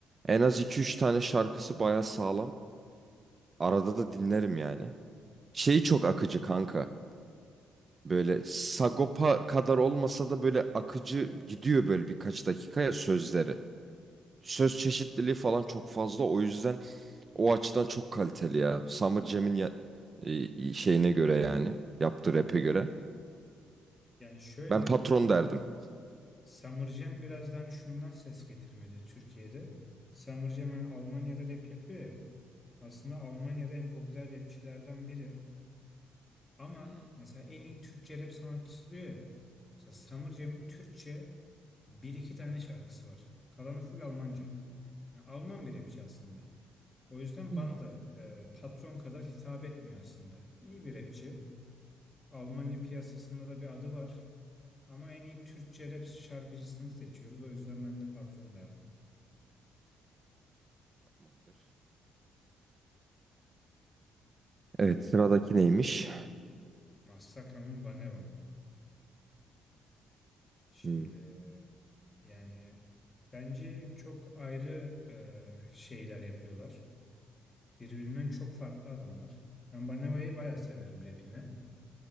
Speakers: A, on the right; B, on the left.
A: en az iki üç tane şarkısı baya sağlam. Arada da dinlerim yani. Şeyi
B: Yani,
A: çok akıcı kanka.
B: Hı hı.
A: Böyle Sagopa kadar olmasa da böyle akıcı gidiyor böyle birkaç dakikaya sözleri.
B: evet.
A: Söz çeşitliliği falan çok fazla. O yüzden o açıdan çok kaliteli ya. Summer Jam'in ya- e, şeyine göre yani. Yaptığı rap'e göre.
B: Yani şöyle
A: Ben patron derdim.
B: Summerjam biraz da hani şundan ses getirmedi Türkiye'de. Summerjam hani Almanya'da rap yapıyor ya. Aslında Almanya'da en popüler rapçilerden biri. Ama
A: Hmm.
B: mesela en iyi Türkçe rap sanatçısı diyor ya. Mesela Summer Türkçe bir iki tane şarkısı var. Kalanı full Almanca. Yani Alman bir rapçi aslında. O yüzden
A: Hmm.
B: bana da e, patron kadar hitap etmiyor aslında. İyi bir rapçi. Almanya piyasasında da bir adı var. Ama en iyi Türkçe rap şarkıcısını seçiyoruz. O yüzden ben de patron derdim.
A: Tamamdır. Evet, sıradaki neymiş?
B: Massakra mı Baneva mı? Şimdi
A: Hmm.
B: e, yani bence çok ayrı e, şeyler yapıyorlar. Birbirinden çok farklı adamlar. Ben Baneva'yı bayağı severim rapini.